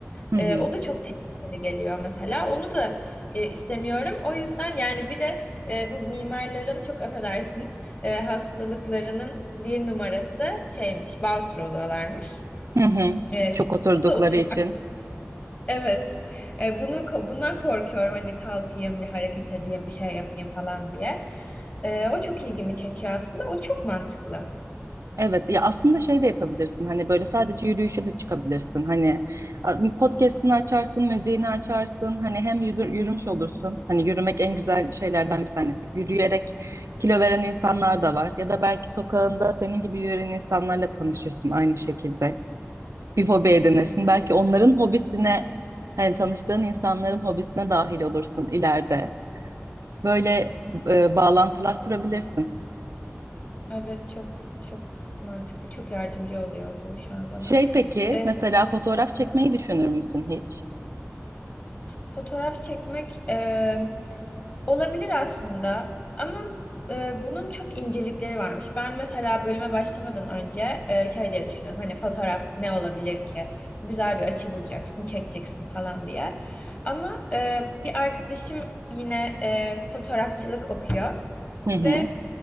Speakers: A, on the right (about 75°); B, on the left (about 35°).
A: Hı
B: Ee,
A: hı.
B: o da çok tehlikeli geliyor mesela. Onu da e, istemiyorum. O yüzden yani bir de e, bu mimarların çok affedersin e, hastalıklarının bir numarası şeymiş, basur oluyorlarmış.
A: Hı hı.
B: E,
A: Çok
B: çok
A: oturdukları
B: fazla otur
A: için.
B: Evet. E, bunu ko- bundan korkuyorum hani kalkayım bir hareket edeyim bir şey yapayım falan diye. E, o çok ilgimi çekiyor aslında. O çok mantıklı.
A: Evet ya aslında şey de yapabilirsin hani böyle sadece yürüyüşe de çıkabilirsin hani a- podcast'ini açarsın müziğini açarsın hani hem yürü- yürümüş olursun hani yürümek en güzel şeylerden bir tanesi yürüyerek kilo veren insanlar da var ya da belki sokağında senin gibi yürüyen insanlarla tanışırsın aynı şekilde bir hobi edinirsin belki onların hobisine hani tanıştığın insanların hobisine dahil olursun ileride böyle e, bağlantılar kurabilirsin.
B: Evet çok çok mantıklı. Çok yardımcı oluyor bu şu an bana.
A: Şey peki,
B: E,
A: mesela fotoğraf çekmeyi düşünür müsün hiç?
B: Fotoğraf çekmek e, olabilir aslında ama e, bunun çok incelikleri varmış. Ben mesela bölüme başlamadan önce e, şey diye düşünüyorum. Hani fotoğraf ne olabilir ki? Güzel bir açı bulacaksın, çekeceksin falan diye. Ama e, bir arkadaşım yine e, fotoğrafçılık okuyor
A: Hı hı,
B: ve